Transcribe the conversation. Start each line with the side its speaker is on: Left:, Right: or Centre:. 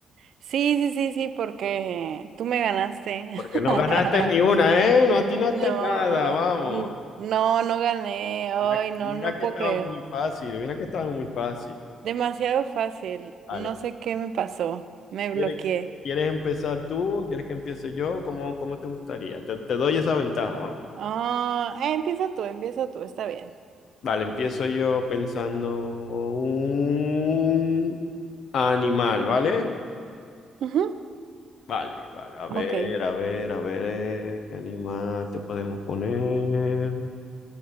Right: Sí, sí, sí, sí, porque tú me ganaste.
Left: Porque
Right: <laughs>
Left: no ganaste ni una, ¿eh? No atinaste
Right: No,
Left: nada, vamos.
Right: n- no, no gané, ay,
Left: Mira, que-
Right: no,
Left: mira
Right: no
Left: que
Right: puedo
Left: estaba
Right: creer.
Left: muy fácil, mira que estaba muy fácil.
Right: Demasiado fácil,
Left: Vale,
Right: no sé qué me pasó, me
Left: ¿quieres,
Right: bloqueé.
Left: quieres empezar tú? ¿Quieres que empiece yo? ¿Cómo, cómo te gustaría? Te, te doy esa ventaja, vamos.
Right: Ah, eh, empieza tú, empieza tú, está bien.
Left: Vale, empiezo yo pensando un animal, ¿vale?
Right: Ujú.
Left: Vale, vale, a ver,
Right: Ok,
Left: a ver, a ver, ¿qué animal te podemos poner?